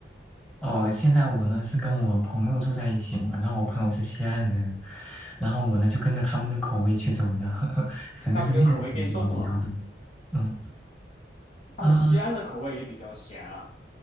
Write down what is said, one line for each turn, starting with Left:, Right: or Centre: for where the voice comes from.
Centre: 哦，现在我呢是跟我朋友住在一起嘛，然后我朋友是西安人，然后我呢就跟着他们的口味去走的，<laughs> 可能就是面食什么比较多。
Left: 那不就口味变重了吗？
Centre: 嗯
Left: 他们西安的口味也比较咸啊。
Centre: 嗯，呃